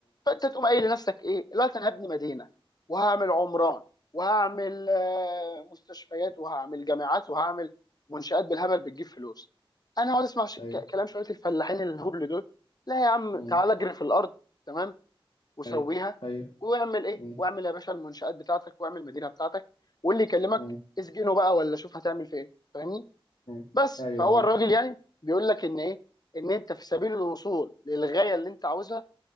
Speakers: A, on the left; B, on the left.
A: فانت تقوم قايل لنفسك ايه دلوقتي انا هبني مدينه وهعمل عمران وهعمل آه، مستشفيات وهعمل جامعات وهعمل منشآت بالهبل بتجيب فلوس انا هقعد اسمع ش... ك-
B: ايوه
A: كلام شويه الفلاحين الهبل دول لا يا عم
B: م-
A: تعال اجري في الارض تمام وسويها
B: م- م- ايوه م- ايوه ايوه
A: واعمل ايه واعمل
B: م-
A: يا باشا المنشآت بتاعتك واعمل المدينه بتاعتك واللي يكلمك
B: م-
A: اسجنه بقى ولا شوف هتعمل في ايه فاهمني
B: م-
A: بس
B: ايوه
A: فهو
B: اه
A: الراجل يعني بيقول لك ان ايه ان انت في سبيل الوصول للغايه اللي انت عاوزها